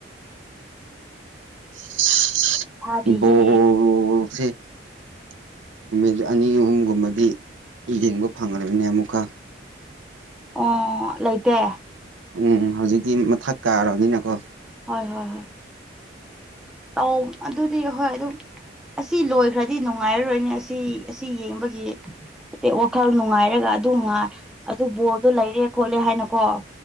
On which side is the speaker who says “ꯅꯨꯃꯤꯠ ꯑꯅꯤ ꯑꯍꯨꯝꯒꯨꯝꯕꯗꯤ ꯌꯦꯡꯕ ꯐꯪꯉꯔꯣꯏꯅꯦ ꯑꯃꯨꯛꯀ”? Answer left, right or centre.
Right